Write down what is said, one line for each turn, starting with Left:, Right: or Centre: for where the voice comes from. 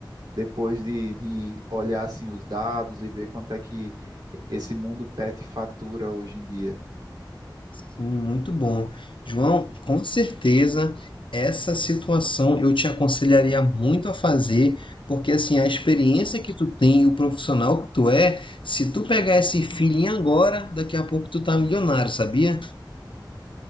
Right: depois de, de olhar assim os dados e ver quanto é que esse mundo pet fatura hoje em dia.
Left: Sim, muito bom. João, com certeza essa situação eu te aconselharia muito a fazer, porque assim, a experiência que tu tem e o profissional que tu é, se tu pegar esse feeling agora, daqui a pouco tu tá milionário, sabia?